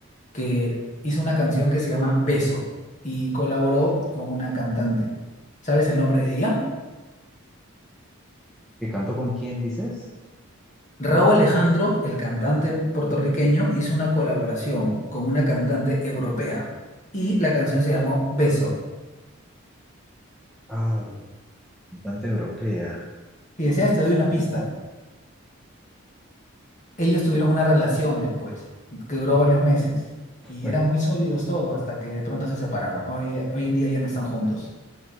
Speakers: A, on the left; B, in the centre.
A: que hizo una canción que se llama Beso y colaboró con una cantante. ¿Sabes el nombre de ella?
B: ¿Que cantó con quién dices?
A: Rauw Alejandro, el cantante puertorriqueño, hizo una colaboración con una cantante europea y la canción se llamó Beso.
B: Ah, bueno, cantante europea.
A: Si deseas, te doy una pista. Ellos tuvieron una relación después, que duró varios meses, y
B: Bueno,
A: eran muy sólidos todos hasta que de pronto se separaron. Ahora ya- hoy en día ya no están juntos.